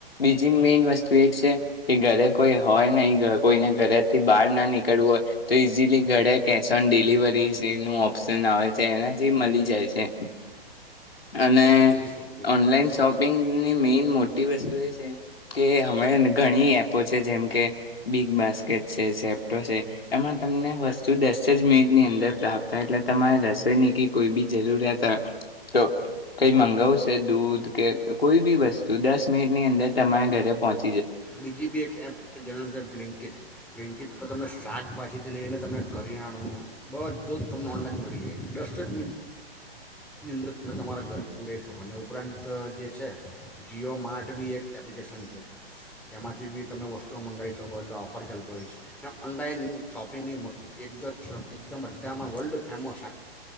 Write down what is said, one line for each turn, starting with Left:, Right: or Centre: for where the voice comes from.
Left: મેન વસ્તુ એ છે કે, ઘરે કોઈ હોય નહી કોઈને ઘરેથી બહાર ના નીકળવું હોય, તો ઈઝીલી ઘરે કેશ ઓન ડિલિવરી ન ઓપ્શન આવે છે એનાથી મળી જાય છે. અને,
Centre: બિલકુલ બિલકુલ
Left: ઓનલાઈન
Centre: સો
Left: શોપિંગની
Centre: ટકા
Left: મેઈન મોટી વસ્તુ એ છે. કે હમે ઘણી એપો છે જેમ કે બિગ બાસ્કેટ છે જે એમાં તમને વસ્તુ દસ સજ મે ની અંદર પ્રાપ્ત એટલે તમારે રસોઈ ની કે કોઈ બી જરૂરિયાત તો કઈ મંગાવશે દૂધ કે કોઈ બી વસ્તુ દસ મિનિટ ની અંદર તમા ઘરે પહોંચ
Centre: બીજી બી એક એપ છે જેના અંદર બ્લિંકિટ બ્લિંકિટ તો તમે શાકભાજીથી લઈને તમે કરીયાણો બધું જ તમને ઓનલાઈન મળી જાય છે, દસ જ મિનટની અંદર તમે તમારા ઘરે લઈ શકો, ને ઉપરાંત જે છે જીઓ માર્ટ બી એક એપ્લિકેશન છે. એમાંથી બી તમે વસ્તુઓ મંગાવી શકો એટલે ઓફર ચાલતો હોય છે ઓનલાઈન શોપિંગની એકદ એકદમ બ્ધામાં વર્લ્ડ ફેમસ